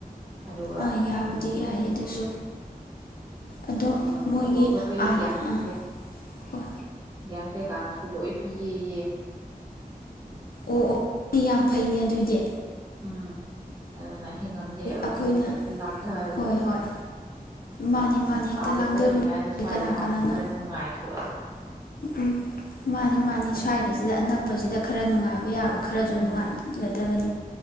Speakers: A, on the right; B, on the left.
A: ꯑꯗꯨꯒ
B: ꯑꯥ ꯌꯥꯕꯨꯗꯤ
A: ꯎ
B: ꯌꯥꯏ ꯑꯗꯨꯁꯨ ꯑꯗꯣ
A: ꯑꯗꯨꯒ ꯊꯣꯡꯕ
B: ꯃꯣꯏꯒꯤ
A: ꯈꯣꯠꯄꯩ
B: ꯑꯥ
A: ꯒꯥꯁ
B: ꯑꯥ
A: ꯀꯩ
B: ꯍꯣꯏ
A: ꯒꯥꯁ ꯀꯩ ꯀꯥꯒꯥꯏꯖꯨ ꯂꯣꯌ ꯄꯤꯌꯦꯌꯦ
B: ꯑꫭ ꯌꯥꯝ ꯐꯩꯅꯦ ꯑꯗꯨꯗꯤ
A: ꯎꯝ ꯑꯗꯨꯅ ꯑꯍꯤꯡ ꯑꯃ ꯂꯦꯛꯑꯒ ꯑꯈꯣꯁꯨ
B: ꯑꯩꯈꯣꯏꯅ
A: ꯍꯦꯛꯇ ꯂꯥꯡꯗꯔꯨꫪꯁꯤ
B: ꯍꯣꯏ ꯍꯣꯏ ꯃꯥꯅꯤ ꯃꯥꯅꯤ ꯍꯦꯛꯇ
A: ꯑꯗ
B: ꯂꯥꯡꯗꯔꯨꯔꯗꯤ
A: ꯆꯠꯔꯤꯉꯩꯗ ꯁꯋꯥꯏꯗ
B: ꯀꯅꯥ
A: ꯍꯟꯅ
B: ꯀꯅꯥꯅꯣ
A: ꯈꯔ ꯅꯨꯡꯉꯥꯏꯊꯣꯛꯑꯁꯤ
B: ꯎꯝ ꯃꯅꯤ ꯃꯅꯤ ꯁꯋꯥꯏꯗꯁꯤꯗ ꯑꯅꯛꯄꯁꯤꯗ ꯈꯔꯥ ꯅꯨꯡꯉꯥꯏꯕ ꯌꯥꯕ ꯈꯔ꯭ꯁꯨ
A: ꯎꯝ
B: ꯅꯨꯡꯉꯥꯏ ꯍꯧꯒꯗꯕꯅꯤ